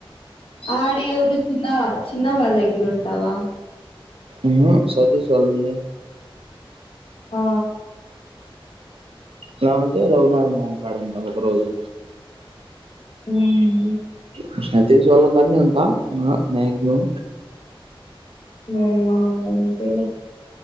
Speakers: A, on the left (about 75°); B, on the right (about 80°).
A: ఆడేవరు చిన్న చిన్న వాళ్ళ దగ్గరుంటావా
B: ఉహు సతీష్ వాళ్ళున్ని
A: ఆ
B: ఎలాఅంటే రఘునాథ మామ కాడుంటా ఒక్క రోజు
A: ఉమ్
B: విష్ణవ్ తేజ్ వళ్ళకాన్నే ఉంటా మ మాక్సిమం
A: వ వా అంతేలే